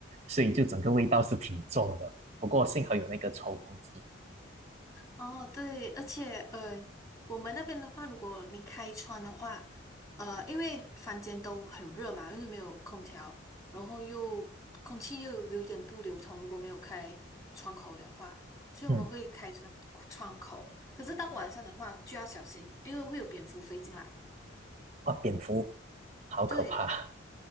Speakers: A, on the right; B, on the left.
A: 所以就整个味道是挺重的。不过幸好有那个抽风机，
B: 哦，对，而且呃，我们那边的话，如果你开窗的话，呃，因为房间都很热嘛，因为没有空调，然后又空气又有点不流通，如果没有开窗口的话，所以我们会开窗窗口。
A: 嗯，
B: 可是到晚上的话就要小心，因为会有蝙蝠飞进来。
A: 哇，蝙蝠好可怕。
B: 对。